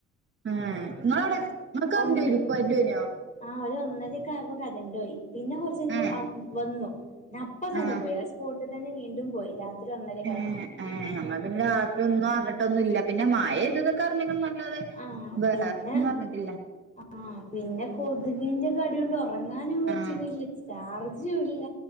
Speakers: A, on the right; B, on the left.
A: ആഹ് ങ്ങളാടെ ങ്ങക്കര്ന്റ്
B: ഒന്ന്
A: <unintelligible> കര്ന്റൊയീഞ്യോ
B: ആഹ് ഒരൊന്നരക്കായപ്പോ കരന്റോയി പിന്നെ കൊറച്ചയ്ഞപ്പൊ
A: ഏഹ്
B: അഹ് വന്നു നപ്പ തന്നെ
A: ആഹ്
B: പോയി ആ സ്പോട്ടിൽ തന്നെ വീണ്ടും പോയി രാത്രി ഒന്നരക്കായപ്പൊ
A: ഏഹ് ഏഹ് എന്നാല് പിന്നെ <unintelligible> ട്ടൊന്നുല്ല പിന്നെ മഴയ്തതൊക്കർഞ്ഞിണ് ന്നല്ലാതെ
B: ആഹ്
A: വേറൊന്നു
B: പിന്നെ
A: അർഞ്ഞിട്ടില്ല
B: ആഹ് പിന്നെ കൊതുകിന്റെ കട്യോണ്ട് ഒറങ്ങാനും പറ്റ്ണില്ല
A: ആഹ്
B: ചാറ് ജ്ജുല്ല